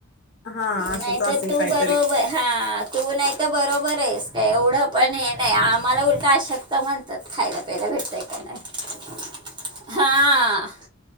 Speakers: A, on the left; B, on the right.
A: हा असंच
B: नाही
A: असेल
B: तर तू
A: काहीतरी
B: बरोबर हा तू नाही तर बरोबर. बरं आहेस काय एवढं पण हे नाही आम्हाला उलटा अशक्त म्हणतात खायला प्यायला भेटताय. <unintelligible> हा